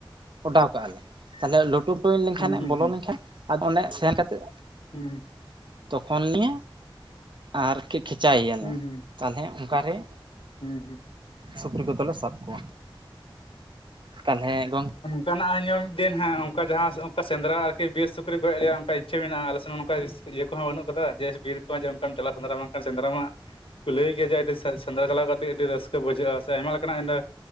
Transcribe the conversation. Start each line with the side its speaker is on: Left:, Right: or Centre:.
Right: ᱚᱰᱟᱣ ᱠᱟᱜᱼᱟ ᱞᱮ ᱛᱟᱦᱚᱞᱮ ᱞᱟᱹᱴᱩ ᱯᱩᱴᱩ ᱞᱮᱱᱠᱷᱟᱱ
Left: ᱦᱩᱸ ᱦᱩᱸ
Right: ᱵᱚᱞᱚ
Left: ᱦᱩᱸ
Right: ᱞᱮᱱᱠᱷᱟᱱ ᱟᱫᱚ ᱚᱸᱰᱮ ᱥᱮᱱ ᱠᱟᱛᱮᱫ
Left: ᱦᱩᱸ
Right: ᱛᱚᱠᱷᱚᱱ ᱱᱤᱭᱮ ᱟᱨ ᱠᱷᱮᱪᱟᱭᱮᱭᱟᱞᱮ
Left: ᱦᱩᱸ ᱦᱩᱸ
Right: ᱛᱟᱦᱚᱞᱮ ᱚᱱᱠᱟᱨᱮ
Left: ᱦᱩᱸ ᱦᱩᱸ
Right: ᱥᱩᱠᱨᱤ ᱠᱚ ᱛᱟᱦᱚᱞᱮ ᱥᱟᱵᱠᱚ ᱛᱟᱦᱚᱞᱮ ᱜᱚᱝᱠᱮ
Left: ᱠᱟᱱᱟᱜ ᱢᱤᱫ ᱫᱤᱱ ᱦᱮᱸ ᱚᱱᱠᱟ ᱡᱟᱦᱟᱸ ᱚᱱᱠᱟ ᱥᱮᱸᱫᱽᱨᱟ ᱟᱨᱠᱤ ᱵᱤᱨ ᱥᱩᱠᱨᱤ ᱜᱚᱡ ᱨᱮᱭᱟ ᱚᱱᱠᱟ ᱪᱤ ᱢᱮᱱᱟᱜᱼᱟ ᱟᱞᱮ ᱥᱮᱱ ᱱᱚᱝᱠᱟ ᱤᱭᱟᱹ ᱠᱚᱦᱚᱸ ᱵᱟᱹᱱᱩᱜ ᱠᱟᱫᱟ ᱡᱮ ᱵᱤᱨ ᱠᱚ ᱡᱮ ᱚᱱᱠᱟᱢ ᱪᱟᱞᱟᱜᱼᱟ ᱥᱮᱸᱫᱽᱨᱟ ᱵᱟᱝᱠᱷᱟᱱ ᱥᱮᱸᱫᱽᱨᱟ ᱢᱟᱜ ᱞᱟᱹᱭ ᱠᱮᱭᱫᱟ ᱡᱮ ᱟᱹᱰᱤ ᱥᱮᱸᱫᱽᱨᱟ ᱪᱟᱞᱟᱣ ᱠᱟᱛᱮ ᱟᱹᱰᱤ ᱨᱟᱹᱥᱠᱟᱹ ᱵᱩᱡᱷᱟᱹᱜᱼᱟ ᱥᱮ ᱟᱭᱢᱟ ᱞᱮᱠᱟᱱᱟᱜ ᱤᱰᱮ